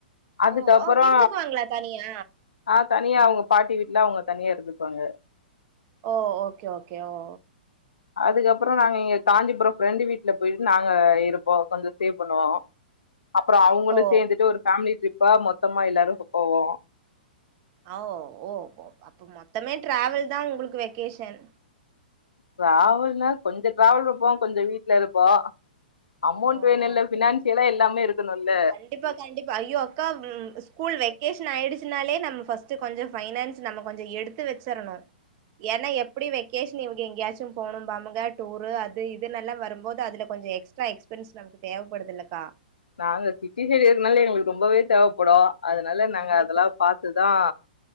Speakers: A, on the left; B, on the right.
A: அதுக்கப்பறோ
B: ஓ ஓ இருந்துக்குவாங்களா தனியா
A: ஆ த னியா அவுங்க பாட்டி வீட்ல அவுங்க தனியா இருந்துபாங்க
B: ஓ ஓகே ஓகே ஓ
A: அதுக்கப்றோ நாங்க இங்க காஞ்சிபுரோ ஃப்ரெண்டு வீட்ல போயிட்டு நாங்க இருப்போ கொஞ்ச சேவ் பண்ணுவோ அப்பறோ அவுங்களு
B: ஓ
A: சேர்ந்துட்டு ஒரு ஃபேமிலி ட்ரிப்பா மொத்தமா எல்லாரு போவோ
B: அவ் ஓ மொத்தமே ட்ராவல் தா உங்ளுக்கு வெக்கேஷன்
A: ட்ராவல்னா கொஞ்சொ ட்ராவல் இருப்போ கொஞ்ச வீட்ல இருப்போ அமௌண்ட்
B: ஓ
A: வேணும்ல்ல
B: ஓகே
A: பினான்சியலா
B: ஓகே
A: எல்லாமே இருக்கணும்ல்ல
B: கண்டிப்பா கண்டிப்பா ஐயோ அக்கா ம் ஸ்கூல் வை கேஸ்நாயுடுச்சுனாலே நம்ம ஃபர்ஸ்டு கொஞ்ச ஃபைனான்ஸ் நம்ம கொஞ்ச எடுத்து வச்சரணு ஏன்னா எப் அப்டி வெக்கேஷன் இவுங்க எங்கேயாச்சும் போகணும்பாபுங்க டூரு அது இதுனுல்லா வரும்போது அதுல கொஞ்ச எக்ஸ்ட்ரா எக்ஸ் ஃபிரண்ட்ஸ் நமக்கு தேவப்படுதுல்லக்கா
A: நாங்க சிட்டி சைடு இருக்கனால எங்ளுக்கு ரொம்பவே தேவப்படு அதனால நாங்க
B: கண்டிப்பா
A: அதெல்லா பாத்துதா